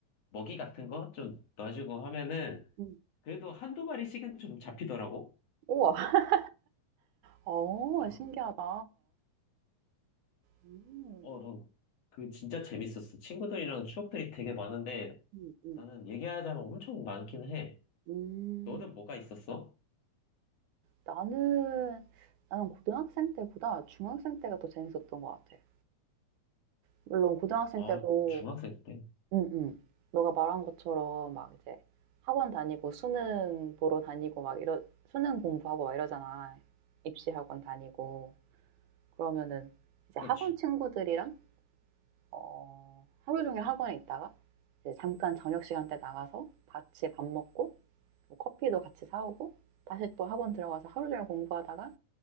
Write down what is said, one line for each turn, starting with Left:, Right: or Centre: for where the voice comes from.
Left: 먹이 같은 거 좀 넣어주고 하면은
Right: 음.
Left: 그래도 한두 마리씩은 좀 잡히더라고.
Right: 우와. <laughs> 어
Left: 어,
Right: 신기하다. 음.
Left: 어, 난그 진짜 재밌었어. 친구들이랑 추억들이 되게 많은데
Right: 음음. 음.
Left: 나는 얘기하자면 엄청 많긴 해.
Right: 음.
Left: 너는 뭐가 있었어?
Right: 나는 나는 고등학생 때보다 중학생 때가 더 재밌었던 것 같아. 물론 고등학생
Left: 아,
Right: 때도
Left: 중학생 때.
Right: 응응. 너가 말한 것처럼 막 이제 학원 다니고 수능 보러 다니고 막 이러 수능 공부하고 막 이러잖아. 입시 학원 다니고. 그러면은 이제
Left: 그렇지.
Right: 학원 친구들이랑 어, 하루 종일 학원에 있다가 이제 잠깐 저녁 시간 때 나가서 같이 밥 먹고 뭐 커피도 같이 사오고 다시 또 학원 들어가서 하루 종일 공부하다가